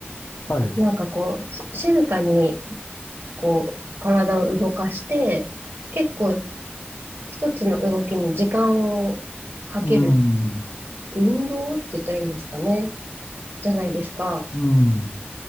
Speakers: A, on the left; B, on the right.
A: はい。
B: なんかこう、し静かにこう、体を動かして、結構一つの動きに時間をかける
A: うん、
B: 運動って言ったらいいんですかね、じゃないですか。
A: うん、